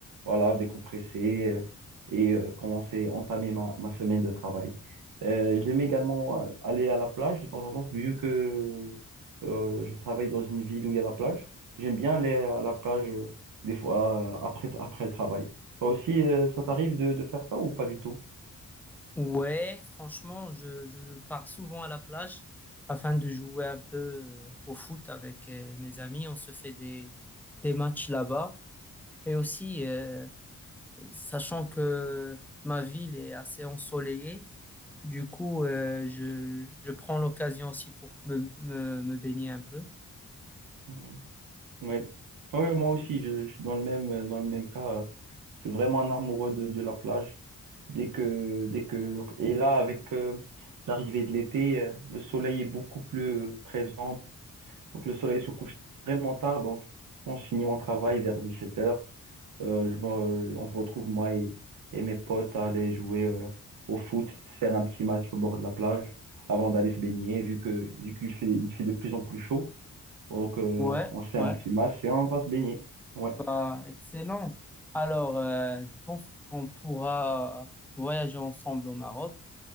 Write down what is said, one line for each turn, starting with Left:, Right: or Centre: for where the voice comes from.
Right: voilà, décompresser. euh, et euh, commencer, entamer ma, ma semaine de travail. Euh, j'aime également euh, aller à la plage de temps en temps, vu que euh, je travaille dans une ville où il y a la plage. J'aime bien aller à la plage euh, des fois euh, après, après le travail. Toi aussi, euh, ça t'arrive de, de faire ça ou pas du tout?
Centre: Ouais, franchement, je, je pars souvent à la plage afin de jouer un peu euh, au foot avec euh, mes amis. On se fait des, des matchs là-bas. Et aussi, euh, sachant que ma ville est assez ensoleillée, du coup, euh, je, je prends l'occasion aussi pour me, me, me baigner un peu.
Right: Oui. Oui. Oui, moi aussi, je, je suis dans le même, euh, dans le même cas. euh, Je suis vraiment un amoureux de, de la plage. Dès que, dès que, et là, avec euh, l'arrivée de l'été, euh, le soleil est beaucoup plus euh, présent, Donc le soleil se couche vraiment tard. Donc quand je finis mon travail vers 17h, euh, je me- euh, on se retrouve moi et, et mes potes à aller jouer euh, au foot, faire un petit match au bord de la plage avant d'aller se baigner. Vu que vu qu'il fait il fait de plus en plus chaud, donc euh,
Centre: Ouais,
Right: on fait
Centre: ouais.
Right: un petit match et on va se baigner. Ouais.
Centre: Bah, excellent. Alors, euh, je pense qu'on pourra voyager ensemble au Maroc.